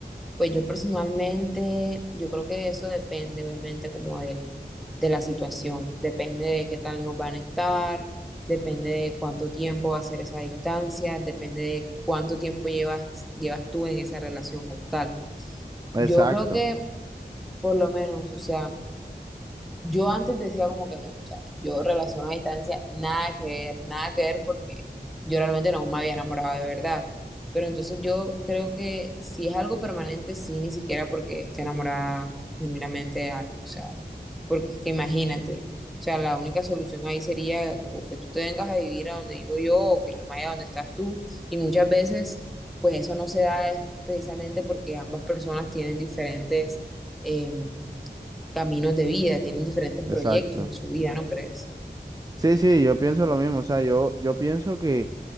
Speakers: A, in the centre; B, on the right (about 20°).
A: pues yo personalmente, yo creo que eso depende obviamente como del, de la situación, depende de qué tan lejos van a estar, depende de cuánto tiempo va a ser esa distancia, depende de cuánto tiempo llevas, llevas tú en esa relación como tal.
B: Exacto,
A: Yo creo que por lo menos, o sea, yo antes decía como que no, o sea, yo relación a distancia, nada que ver, nada que ver porque yo realmente no me había enamorado de verdad. Pero entonces yo creo que si es algo permanente, sí, ni siquiera porque esté enamorada genuinamente de alguien, o sea, porque es que imagínate, o sea, la única solución ahí sería o que tú te vengas a vivir a donde vivo yo o que yo me vaya a donde estás tú. Y muchas veces, pues eso no se da es precisamente porque ambas personas tienen diferentes... em, caminos de vida, tienen diferentes
B: exacto.
A: proyectos en su vida, ¿no crees?
B: Sí, sí, yo pienso lo mismo. O sea, yo, yo pienso que,